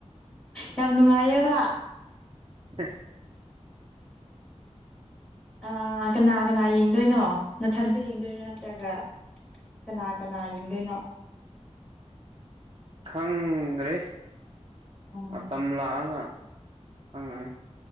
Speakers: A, on the left; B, on the right.
A: ꯌꯥꯝ ꯅꯨꯡꯉꯥꯏꯌꯦꯕ
B: <unintelligible>
A: ꯑ ꯀꯅꯥ ꯀꯅꯥ ꯌꯦꯡꯗꯣꯏꯅꯣ ꯅꯊꯟꯗ ꯌꯦꯡꯗꯣꯏꯔꯣ ꯅꯠꯇ꯭ꯔꯒ ꯀꯅꯥ ꯀꯅꯥ ꯌꯦꯡꯗꯣꯏꯅꯣ
B: ꯈꯪꯗ꯭ꯔꯦ
A: ꯑꯣ
B: ꯃꯇꯝ ꯂꯥꯛꯑꯒ ꯅꯪꯅꯅꯦ